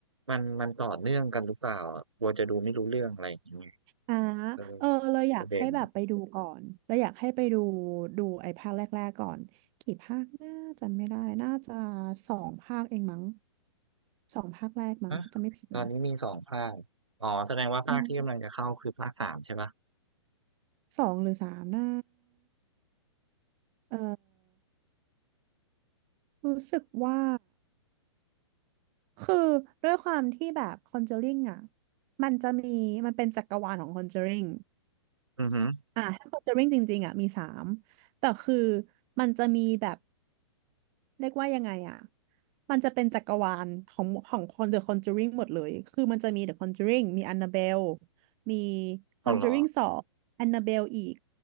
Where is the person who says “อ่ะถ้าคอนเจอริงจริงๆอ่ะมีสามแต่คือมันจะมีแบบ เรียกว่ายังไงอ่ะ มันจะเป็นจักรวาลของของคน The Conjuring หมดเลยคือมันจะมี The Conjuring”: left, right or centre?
Right